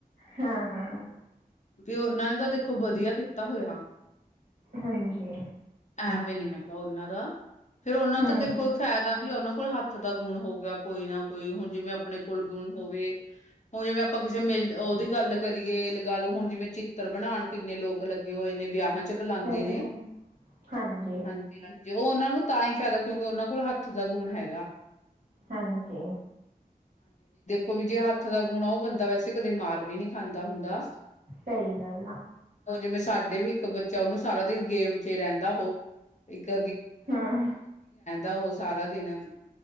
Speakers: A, on the right; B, on the left.
A: ਹੂੰ, ਹੂੰ
B: ਵੀ ਉਹਨਾਂ ਨੇ ਤਾਂ, ਦੇਖੋ ਵਧੀਆ ਕੀਤਾ ਹੋਇਆ।
A: ਹਾਂਜੀ।
B: ਐਵੇਂ ਨੀ ਹੈਗਾ ਉਹਨਾਂ ਦਾ ਫਿਰ, ਉਹਨਾਂ
A: ਹਮ
B: ਦਾ ਦੇਖੋ,
A: ਹਮ
B: ਫ਼ਾਇਦਾ ਵੀ, ਉਹਨਾਂ ਕੋਲ ਹੱਥ ਦਾ ਗੁਣ ਹੋਊਗਾ, ਕੋਈ ਨਾ ਕੋਈ ਕੋਈ ਹੁਣ, ਜਿਵੇਂ ਆਪਣੇ ਕੋਲ ਗੁਣ ਹੋਵੇ ਹੁਣ, ਜਿਵੇਂ ਆਪਾਂ ਕਿਸੇ ਮਿਲ ਉਹਦੀ ਗੱਲ ਕਰੀਏ, ਲਗਾ ਲਓ ਹੁਣ ਜਿਵੇਂ, ਚਿੱਤਰ ਬਣਾਉਣ ਕਿੰਨੇ ਲੋਕ ਲੱਗੇ ਹੋਏ ਨੇ, ਵਿਆਹਾਂ ਬੁਲਾਂਦੇ
A: ਸਹੀ
B: ਨੇ,
A: ਗੱਲ ਹੈ। ਹਾਂਜੀ
B: ਹਾਂਜੀ-ਹਾਂਜੀ। ਉਹ, ਉਹਨਾਂ ਨੂੰ ਤਾਂ ਹੀ ਫਾਇਦਾ ਕਿਉਂਕਿ ਉਹਨਾਂ ਕੋਲ ਹੱਥ ਦਾ ਗੁਣ ਹੈਗਾ।
A: ਹਾਂਜੀ
B: ਉਹ ਵੀ ਜੇ ਹੱਥ ਦਾ ਗੁਣਾ ਉਹ ਬੰਦਾ ਵੈਸੇ ਕਦੇ ਮਾਰ ਵੀ ਨਹੀਂ ਖਾਂਦਾ ਹੁੰਦਾ।
A: ਸਹੀ ਗੱਲ ਆ।
B: ਉਹ ਜਿਵੇਂ ਸਾਡੇ ਵੀ ਇੱਕ ਬੱਚਾ ਉਹਨੂੰ ਸਾਰਾ ਦਿਨ ਗੇਮ ਚ ਰਹਿੰਦਾ ਉਹ <inaudible>
A: ਹਮ
B: ਉਹ ਸਾਰਾ ਦਿਨ